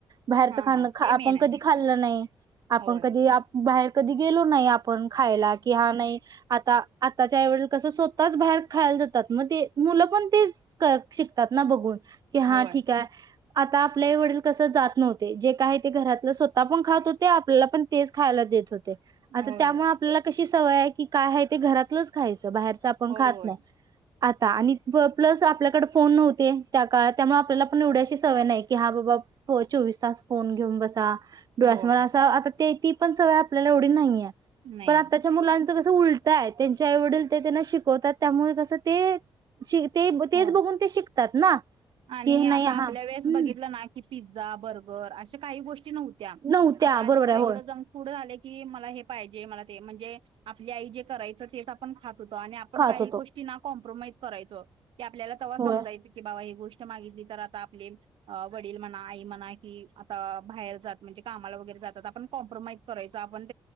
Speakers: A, on the right; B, on the right.
A: बाहेरचं
B: हा
A: खाण
B: हा
A: आपण
B: ते मेन आहे
A: कधी खाल्लं नाही, आपण
B: होय
A: कधी बाहेर. कधी गेलो नाही आप. आपण खायला की हा नाही आ त्याच्या ऐवजी कसं स्वतःच बाहेर. खायला जातात मग ते मुलं पण तेच शिकतात ना बघून. की हां
B: होय
A: ठीक हाय. आता आपल्याही वडील कस जात नव्हते, जे काही ते घरातलं स्वतः पण खात होते, आपल्याला पण तेच खायला देत होते.
B: होय
A: त्यामुळे आपल्या कशी. सवय आहे की काय आहे ते घरातलंच खायच. बाहेरच आपण
B: होय
A: खात
B: होय होय
A: नाही. आता आणि प्लस आपल्याकडे फोन नव्हते त्या काळात त्यामुळे आपल्याला पण एवढ्याशी सवय नाही की हा बाबा चोवीस तास फोन घेऊन बसा.
B: होय
A: असं आता ते. ती पण सवय आपल्याला एवढी नाहीये.
B: नाही
A: पण आत्ताच्या मुलांच. कस उलट हाय त्यांच आई वडील ते त्यांना शिकवतात. त्यामुळे कसं ते शिकतात. ते तेच
B: होय.
A: बघून ते शिकतात. शिकतात ना.
B: आणि
A: की नाही
B: आता
A: हा
B: आपल्या
A: हम्म
B: वेळेस बघितलं ना की पिझ्झा. पिझ्झा बर्गर अशे काही गोष्टी.
A: नव्हत्या
B: ता अलीक
A: बरोबर
B: ए
A: आहे होय.
B: जड झा क मे म्हणजे आपली आई जे करायच तेच आपण ख आपण
A: खात
B: काही
A: होतो
B: गोष्टी कॉम्प्रोमाइज करायो की आप ते्हा समजायच
A: होय
B: की बा गो आप वड म्ह आ म्हणा आ बाातणे का आप क कराय आपण